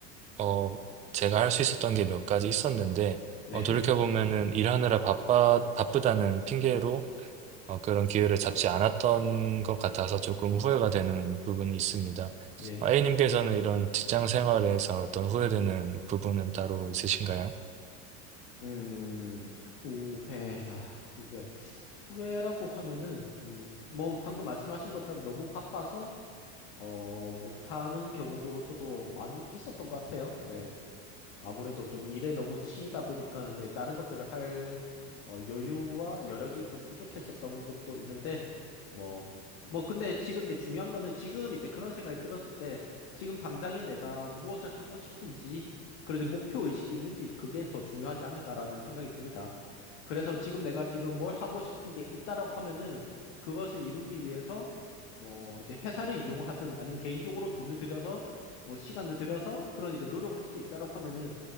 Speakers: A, on the right; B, on the left.
A: 어 제가 할 수 있었던 게 몇 가지 있었는데
B: 네,
A: 어, 돌이켜보면은 일하느라 바빠 바쁘다는 핑계로 어, 그런 기회를 잡지 않았던 것 같아서 조금 후회가 되는 부분이 있습니다.
B: 네.
A: 어, A님께서는 이런 직장 생활에서 어떤 후회되는 부분은 따로 있으신가요?
B: 음, 후회다, 후회. 후회라고 하면은, 음, 뭐, 방금 말씀하신 것처럼 너무 바빠서, 어, 못하는 경우도 저도 많이 있었던 것 같아요. 네. 아무래도 좀 일에 너무 치이다 보니까 예, 다른 것들을 할 어, 여유와 여력이 좀 부족했었던 것도 있는데 뭐 뭐 근데 지금 이제 중요한 거는 지금 이제 그런 생각이 들었을 때 지금 당장에 내가 무엇을 하고 싶은지 그리고 이제 목표 의식이 있는지 그게 더 중요하지 않을까라는 생각이 듭니다. 그래서 지금 내가 지금 뭘 하고 싶은 게 있다라고 하면은 그것을 이루기 위해서 뭐 이제 회사를 이용하든 아니면 개인적으로 돈을 들여서 뭐 시간을 들여서 그런 이제 노력을 할 수 있다라고 하면은